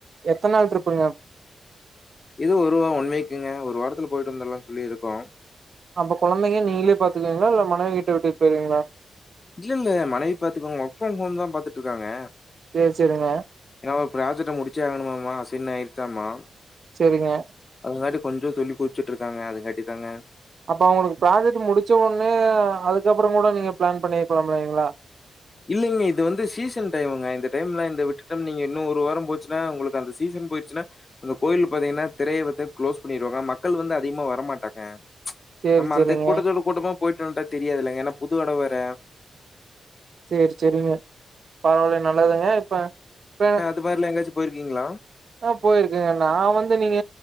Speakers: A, on the right; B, on the left.
A: எத்த நாள் ட்ரிப்புங்க
B: இது ஒருவ ஒன் வீக்குங்க ஒரு வாரத்துல போயிட்டு வந்தர்லானு சொல்லிருக்கோ
A: அப்ப கொழந்தீங்க நீங்களே பாத்துக்குவீங்களா இல்ல மனைவிகிட்ட விட்டுட்டு பேய்ருவீங்களா
B: இல்ல இல்ல மனைவி பாத்துக்குவாங்க ஒர்க் ஃப்ரம் ஹோம்தா பாத்துட்ருக்காங்க
A: சேரி சேரிங்க
B: ஏன்னா ஒரு ப்ராஜெக்ட முடிச்சே ஆகணுமமா அசைன் ஆயிர்ச்சாமா
A: சேரிங்க
B: அதங்காட்டி கொஞ்ச துள்ளி குதுச்சுட்ருக்காங்க அதுங்காட்டிதாங்க
A: அப்ப அவுங்களுக்கு ப்ராஜெக்ட் முடிச்ச ஒன்னே அதுக்கப்பறங் கூட நீங்க பிளான் பண்ணிருக்கலாமில்லீங்ளா
B: இல்லைங்க இது வந்து சீசன் டைமுங்க இந்த டைம்லா இந்த விட்டுட்டோனு வைங்க இன்னு ஒரு வாரம் போச்சுன்னா உங்களுக்கு அந்த சீசன் போய் ருச்சுனா அந்த கோயிலு பாத்தீங்கன்னா திரையவிட்டு குளோஸ் பண்ணிருவாங்க மக்கள் வந்து அதிகமா வரமாட்டாங்க ச்
A: சேரி
B: நம்ம
A: சேரிங்க
B: அந்த கூட்டத்தோட கூட்டமா போய்ட்டு வன்ட்டா தெரியாதுல்லங்க ஏன்னா புது எடோ வேற
A: சேரி சேரிங்க பரவால நல்லதுங்க இப்ப அ
B: துப்பார்ட்ல எங்காச்சு போயிருக்கீங்களா
A: ஆ போயிருக்கேங்க நான் வந்து நீங்க